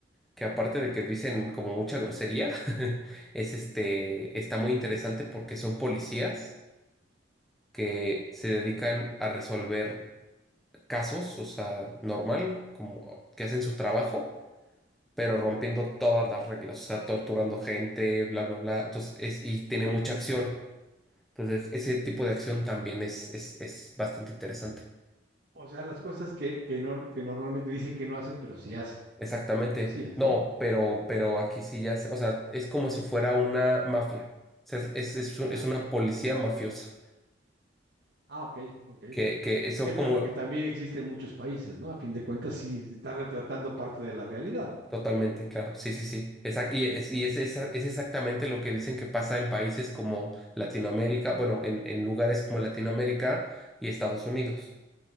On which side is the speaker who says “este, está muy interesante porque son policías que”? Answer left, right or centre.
Centre